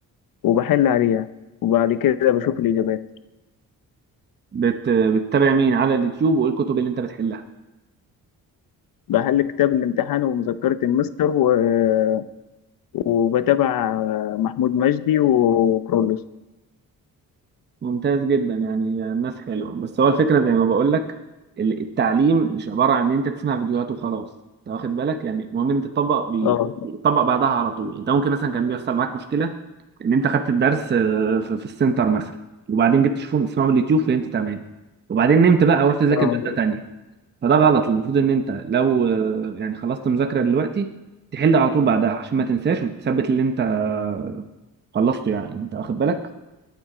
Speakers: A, on the left (about 70°); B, on the right (about 30°).
A: وبحل عليها وبعد كده بشوف الإجابات
B: بت... بتتابع مين على اليوتيوب وإيه الكتب اللي أنت بتحلها
A: بحل كتاب الامتحان ومذكرة المستر و- وبتابع آه، محمود مجدي وكرولوس
B: ممتاز جدا يعني الناس حلوة بس هو الفكرة زي ما بقول لك التعليم مش عبارة عن ان انت تسمع فيديوهات وخلاص انت واخد بالك يعني المهم ان انت تطبق بايدك
A: اه
B: تطبق بعدها على طول انت ممكن مثلا كان بيحصل معاك مشكلة ان انت خدت الدرس آه، في في السنتر مثلا وبعدين جبت تشوفه تسمعه من اليوتيوب فهمت تمام وبعدين نمت بقى ورحت تذاكر
A: اه
B: مادة تانية فده غلط المفروض ان انت لو آه، يعني خلصت مذاكرة دلوقتي تحل على طول بعدها عشان ما تنساش وتثبت اللي انت آه، خلصته يعني انت واخد بالك